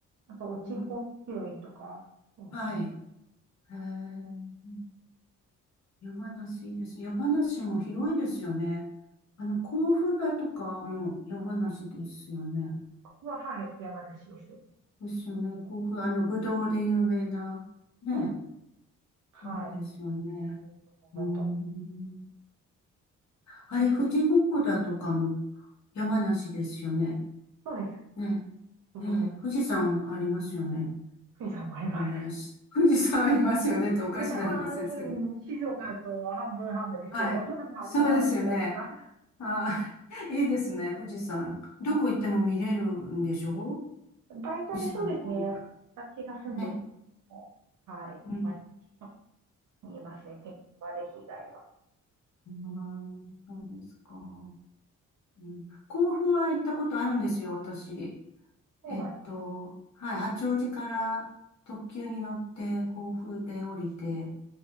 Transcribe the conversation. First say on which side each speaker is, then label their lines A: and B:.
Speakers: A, on the right (about 75°); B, on the left (about 60°).
A: あと、落ち穂拾いとか、
B: うん、
A: そうですね。
B: はい。へえ、うん山梨いいですね山梨も広いですよね。あの、甲府だとかも山梨ですよね。
A: は、はい、山梨です。
B: ですよね。甲府、あの、ぶどうで有名な、ね、
A: うん。
B: と
A: はい。
B: ころですよね。
A: と元。
B: うーん。あれ、富士五湖だとかも山梨ですよね。
A: そうです。
B: ね。
A: 富士五湖。
B: ね。富士山ありますよね。
A: 富士山もあります。
B: 山梨。富士山ありますよねっておかしな話ですけど。
A: 富士山は、あの、うん静岡と半分半分ですけど、
B: はい。
A: <laughs> 半分半分だったか。
B: そうですよね。はい <laughs> いいですね、富士山。どこ行っても見れるんでしょ
A: 大体そうですね。
B: 富士山の方みたい
A: 私が住んでるとこも、
B: な。ね。
A: はい、
B: うん。
A: 毎日見えますね。天気の悪い被害は。
B: うん、そうですか。うん、甲府は行ったことあるんですよ、私。
A: そうなんです。
B: えっと、はい、八王子から特急に乗って甲府で降りて、